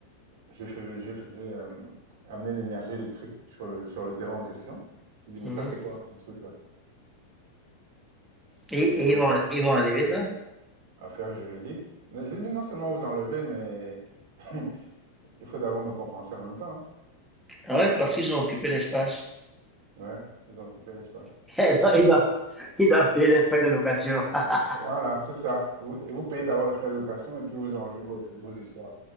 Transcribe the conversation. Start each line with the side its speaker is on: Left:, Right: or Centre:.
Right: j'ai fait, j'ai, fait- j'ai, euh, amené l'énergie électrique sur le, sur le terrain en question. J'ai dit, mais
Centre: Mhm.
Right: ça, c'est quoi, ce truc-là?
Centre: Et,
Right: Et
Centre: et
Right: donc,
Centre: ils vont,
Right: euh,
Centre: ils vont enlever ça.
Right: affaire juridique. Mais J'ai dit, mais non seulement vous enlevez, mais <laughs> il faut d'abord me compenser en même temps. hein.
Centre: Ah ouais, parce qu'ils ont occupé l'espace.
Right: Ouais. Ils ont occupé l'espace.
Centre: <laughs> Ils doivent, ils doivent- ils doivent payer les frais de location. <laughs>
Right: Voilà, c'est ça. Vous, et vous payez d'abord les frais de location et puis vous enlevez vos, vos histoires.